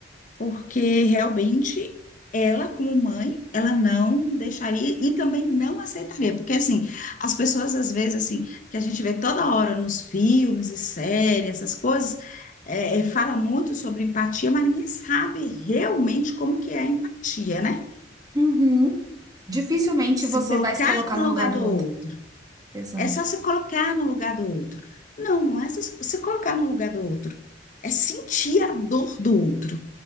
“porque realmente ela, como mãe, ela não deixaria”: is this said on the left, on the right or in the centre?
Left